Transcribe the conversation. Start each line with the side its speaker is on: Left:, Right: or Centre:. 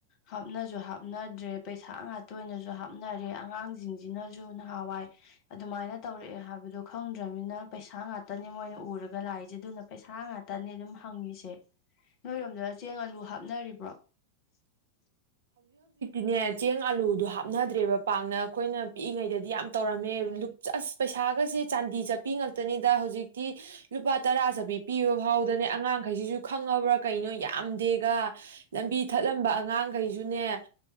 Left: ꯍꯥꯞꯅꯁꯨ ꯍꯥꯞꯅꯗ꯭ꯔꯦ ꯄꯩꯁꯥ ꯉꯇ ꯑꯣꯏꯅꯁꯨ ꯍꯥꯞꯅꯔꯦ ꯑꯉꯥꯡꯁꯤꯡꯁꯤꯅꯁꯨ ꯅꯍꯥꯟꯋꯥꯏ ꯑꯗꯨꯃꯥꯏꯅ ꯇꯧꯔꯛꯑꯦ ꯍꯥꯏꯕꯗꯣ ꯈꯪꯗ꯭ꯔꯅꯤꯅ ꯄꯩꯁꯥ ꯉꯇꯅꯦ ꯃꯣꯏꯅ ꯎꯔꯒ ꯂꯥꯛꯏꯁꯦ ꯑꯗꯨꯅ ꯄꯩꯁꯥ ꯉꯇꯅꯦ ꯑꯗꯨꯝ ꯍꯪꯉꯤꯁꯦ ꯅꯣꯏꯔꯣꯝꯗꯗ ꯆꯦꯡ ꯑꯂꯨ ꯍꯥꯞꯅꯔꯤꯕ꯭ꯔꯣ? <inaudible>
Right: ꯅꯦ ꯆꯦꯡ ꯑꯂꯨꯗꯣ ꯍꯥꯞꯅꯗ꯭ꯔꯦꯕ ꯄꯥꯛꯅ ꯑꯩꯈꯣꯏꯅ ꯄꯤꯛꯏꯉꯩꯗꯗꯤ ꯌꯥꯝ ꯇꯧꯔꯝꯃꯦ ꯑꯁ ꯄꯩꯁꯥꯒꯁꯦ ꯆꯥꯟꯗꯤ ꯆꯠꯄꯤ ꯉꯇꯅꯤꯗ ꯍꯧꯖꯤꯛꯇꯤ ꯂꯨꯄꯥ ꯇꯔꯥ ꯆꯠꯄꯤ ꯄꯤꯕ ꯐꯥꯎꯗꯅꯦ ꯑꯉꯥꯡꯈꯩꯁꯤꯁꯨ ꯈꯪꯉꯕ꯭ꯔꯥ ꯀꯩꯅꯣ ꯌꯥꯝꯗꯦꯒ ꯂꯝꯕꯤ ꯊꯠꯂꯝꯕ ꯑꯉꯥꯡ ꯀꯩꯁꯨꯅꯦ